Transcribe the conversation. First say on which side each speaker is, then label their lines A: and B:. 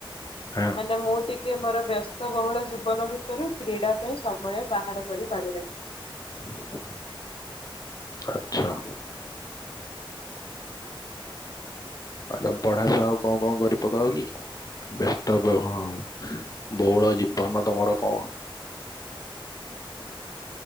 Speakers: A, on the left (about 40°); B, on the left (about 80°).
A: ହଁ
B: ମାନେ ମୁଁ ଟି କି ମୋର ବ୍ୟସ୍ତବହୁଳ ଜୀବନ ଭିତରୁ, କ୍ରୀଡ଼ା ପାଇଁ ସମୟ ବାହାର କରିପାରୁନାହିଁ।
A: ହ ଆଚ୍ଛା। ଆଉ ତମେ ପଢା ସହ ଆଉ କଣ କଣ କରିପକାଅ କି? ବ୍ୟସ୍ତ ବ ହଁ ବହୁଳ ଜୀବନ ତମର କଣ?